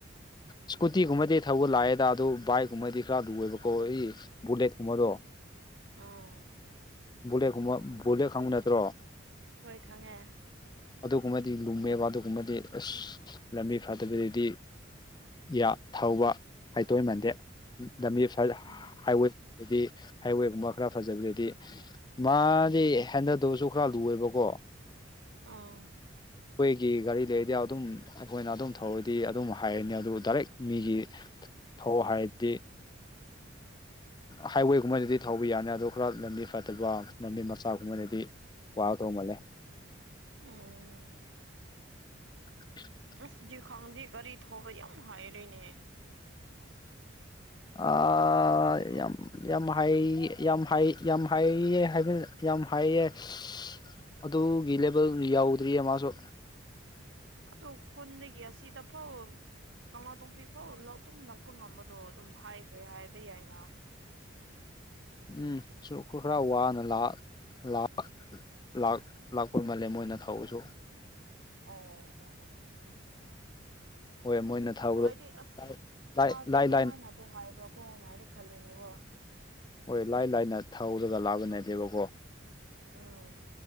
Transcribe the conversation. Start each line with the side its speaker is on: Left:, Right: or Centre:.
Left: ꯏꯁꯀꯨꯇꯤꯒꯨꯝꯕꯗꯤ ꯊꯧꯕ ꯂꯥꯏꯑꯦꯗ ꯑꯗꯨ ꯕꯥꯏꯛꯀꯨꯝꯕꯗꯤ ꯈꯔ ꯂꯨꯑꯦꯕꯀꯣ ꯑꯩ ꯕꯨ ꯂꯦꯠ ꯀꯨꯝꯕꯗꯣ
Right: ꯑꯣ
Left: ꯕꯨꯂꯦꯠ ꯀꯨꯝꯕ ꯕꯨꯂꯦꯠ ꯈꯪꯕ ꯅꯠꯇ꯭ꯔꯣ
Right: ꯍꯣꯏ ꯈꯪꯉꯦ
Left: ꯑꯗꯨꯒꯨꯝꯕꯗꯤ ꯂꯨꯝꯃꯦꯕ ꯑꯗꯨꯒꯨꯝꯕꯗꯤ ꯑꯁ ꯂꯝꯕꯤ ꯐꯠꯇꯕꯤꯗꯗꯤ ꯌꯥ ꯊꯧꯕ ꯍꯩꯇꯣꯏꯃꯟꯗꯦ ꯂꯝꯕꯤ
Right: ꯑꯥ
Left: ꯍꯥꯏꯋꯦꯗꯤ ꯍꯥꯏꯋꯦꯒꯨꯝꯕ ꯈꯔ ꯐꯖꯕꯗꯗꯤ ꯃꯥꯗꯤ ꯍꯦꯟꯗꯜ ꯇꯧꯕꯁꯨ ꯈꯔ ꯂꯨꯑꯦꯕꯀꯣ
Right: ꯑꯥ
Left: ꯑꯩꯈꯣꯏꯒꯤ ꯒꯥꯔꯤ ꯂꯩꯔꯗꯤ ꯑꯗꯨꯝ ꯑꯩꯈꯣꯏꯅ ꯑꯗꯨꯝ ꯊꯧꯔꯗꯤ ꯑꯗꯨꯝ ꯍꯥꯏꯔꯅꯤ ꯑꯗꯨꯕꯨ ꯗꯥꯏꯔꯦꯛ ꯃꯤꯒꯤ ꯊꯧꯍꯥꯏꯔꯗꯤ ꯍꯥꯏꯋꯦꯒꯨꯝꯕꯅꯗꯤ ꯊꯧꯕ ꯌꯥꯅꯤ ꯑꯗꯨ ꯈꯔ ꯂꯝꯕꯤ ꯐꯠꯇꯕ ꯂꯝꯕꯤ ꯃꯆꯥꯒꯨꯝꯕꯗꯗꯤ ꯋꯥꯥ ꯗꯧ ꯃꯜꯂꯦ
Right: ꯎꯝ
Left: <inaudible>
Right: ꯑꯁ ꯗꯤ ꯈꯪꯗꯤ ꯒꯥꯔꯤ ꯊꯧꯔꯣ ꯌꯥꯝ ꯍꯥꯏꯔꯦꯅꯦ
Left: ꯑꯥ ꯌꯥꯝ ꯌꯥꯝ ꯍꯥꯏ ꯌꯥꯝ ꯍꯥꯏ ꯌꯥꯝ ꯍꯥꯏꯌꯦ ꯍꯥꯏꯕ ꯌꯥꯝ ꯍꯥꯏꯌꯦ <unintelligible> <unintelligible> ꯑꯗꯨꯒꯤ ꯂꯦꯕꯜꯗꯨ ꯌꯧꯗ꯭ꯔꯤꯌꯦ ꯃꯥꯁꯨ
Right: ꯑꯗꯨ ꯈꯨꯟꯗꯒꯤ ꯑꯁꯤꯗ ꯐꯥꯎ ꯀꯪꯂꯥꯇꯣꯝꯕꯤ ꯐꯥꯎ ꯑꯗꯨꯝ <unintelligible> ꯂꯥꯛꯄ ꯉꯝꯃꯗꯣ ꯑꯗꯨꯝ ꯍꯥꯏꯈ꯭ꯔꯦ ꯍꯥꯏꯕ ꯌꯥꯏꯅ
Left: ꯎꯝ <unintelligible> ꯈꯔ ꯋꯥꯅ ꯂꯥ ꯂꯥꯛ ꯂꯥꯛ ꯂꯥꯛꯄ ꯃꯥꯜꯂꯦ ꯃꯣꯏꯅ ꯊꯧꯕꯁꯨ
Right: ꯑꯣ ꯑꯣ ꯑꯣ ꯍꯣꯏ
Left: ꯃꯣꯏꯅ ꯊꯧꯕꯗꯣ
Right: ꯑꯗꯣ ꯑꯩꯗꯤ ꯑꯁ
Left: ꯂꯥꯏ
Right: ꯃꯥꯁꯦ
Left: ꯂꯥꯏ ꯂꯥꯏꯅ
Right: ꯀꯃꯥꯏꯅꯗꯣ ꯍꯥꯏꯕ꯭ꯔꯥꯀꯣ ꯍꯥꯏꯅ ꯑꯩꯗꯤ ꯈꯜꯂꯦꯅꯦ ꯀꯣ
Left: ꯍꯣꯏ ꯂꯥꯏ ꯂꯥꯏꯅ ꯊꯧꯔꯒ ꯂꯥꯛꯕ ꯅꯇꯦꯕꯀꯣ
Right: ꯑꯪ